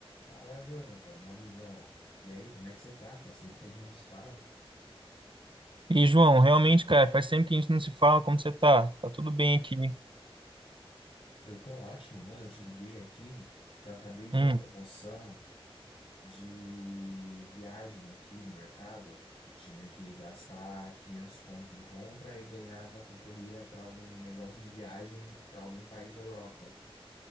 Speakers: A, on the left (about 80°); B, on the right (about 55°).
A: Fala, Jonathan, meu amigão. E aí, como é que você tá? Faz tempo que a gente não se fala.
B: E, João, realmente, cara, faz tempo que a gente não se fala. Como você tá? Tá tudo bem aqui?
A: Eu tô ótimo, mano. Eu te liguei aqui que eu acabei de
B: Hum,
A: uma promoção de viagem aqui no mercado. Tinha que gastar 500 conto em compra e ganhava, concorria para um negócio de viagem para algum país da Europa.